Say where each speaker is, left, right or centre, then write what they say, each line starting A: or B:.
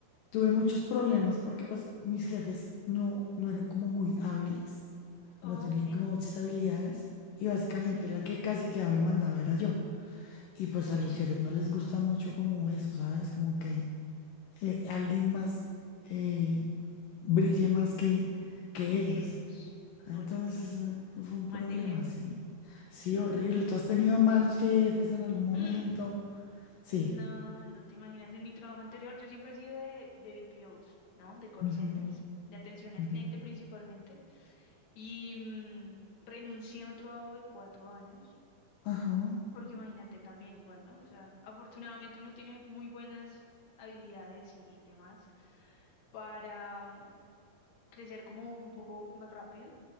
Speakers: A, on the left; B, on the left.
A: tuve muchos problemas porque pues mis jefes no, no eran como muy hábiles, no
B: Ok,
A: tenían como muchas habilidades y básicamente
B: sí,
A: la que casi quedaba y mandaba era yo, y pues a
B: ok.
A: los jefes no les gusta mucho como eso, ¿sabes? Como que eh, alguien más eh, brille más que, que ellos.
B: Que ellos.
A: Entonces
B: Oye, sí,
A: eso
B: ¿no?
A: fue un
B: Mal
A: problema,
B: de jefe.
A: sí. Sí, horrible. ¿Tú has tenido malos jefes en algún momento?
B: Mm,
A: Sí.
B: No, no te imaginas. En mi trabajo anterior, yo siempre he sido de, de BPOs, ¿no? De call
A: Ujú,
B: centers, de atención al
A: ujú.
B: cliente principalmente. Y mm, renuncié a un trabajo de cuatro años
A: Ajá,
B: Porque imagínate también igual, ¿no? O sea, afortunadamente uno tiene muy buenas habilidades y demás para mm, crecer como un poco más rápido.